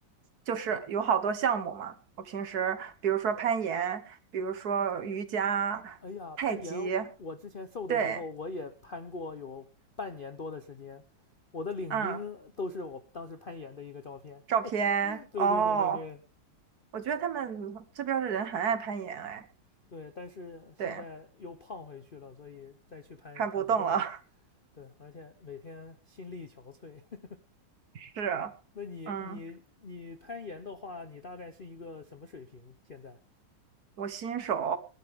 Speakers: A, on the right; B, on the left.
A: 就是有好多项目嘛。我平时比如说攀岩，比如说瑜伽、
B: 哎呀，
A: 太极，
B: 攀岩，我之前瘦的时候我也攀过有半年多的时间，
A: 对，
B: 我的领英都是我当时攀岩的一个照片。
A: 嗯，照片，
B: 对对对对对
A: 哦，我觉得他们这边儿的人很爱攀岩，哎，
B: 对，但是现在又胖回去了，
A: 对，
B: 所以再去攀也攀不动了。
A: 攀不动了，
B: 对，而且每天心力憔悴。<laughs>
A: <laughs> 是，
B: 那你你你攀岩的话，
A: 嗯，
B: 你大概是一个什么水平？现在
A: 我新手，